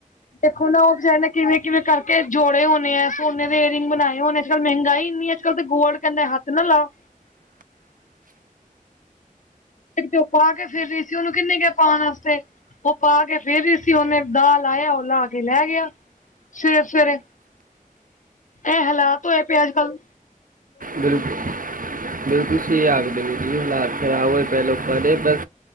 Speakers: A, on the left; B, on the right.
A: ਦੇਖੋ ਨਾ ਓ ਬਿਚਾਰੇ ਨੇ ਕਿਵੇਂ-ਕਿਵੇਂ ਕਰਕੇ ਜੋੜੇ ਹੋਨੇ ਐ, ਸੋਨੇ ਦੇ ਏਅਰਿੰਗ ਬਨਾਏ ਹੋਨੇ। ਅੱਜ-ਕੱਲ ਮਹਿੰਗਾਈ ਇੰਨੀ ਐ ਕੱਲ ਤੇ ਗੋਲਡ ਕੈਂਦੈ ਹੱਥ ਨਾ ਲਾਓ। ਫੇਰ ਭੀ ਓ ਪਾ ਕੇ ਫਿਰ ਰੀ ਸੀ ਓਨੂੰ ਕਿੰਨੇ ਕਿਐ ਪਾਨ ਆਸਤੇ। ਓ ਪਾ ਕੇ ਫ਼ਿਰ ਵੀ ਸੀ ਓਨੇ ਦਾਅ ਲਾਇਆ ਓ ਲਾ ਕੇ ਲੈ ਗਿਆ ਸਵੇਰੇ-ਸਵੇਰੇ। ਐ ਹਾਲਾਤ ਹੋਏ ਪਏ ਅੱਜ-ਕੱਲ।
B: ਬਿਲਕੁਲ। ਬਿਲਕੁਲ ਸਈ ਆਖਦੇ ਨੇ ਜੀ ਏ ਹਾਲਾਤ ਖ਼ਰਾਬ ਹੋਏ ਪਏ ਲੋਕਾਂ ਦੇ, ਬਸ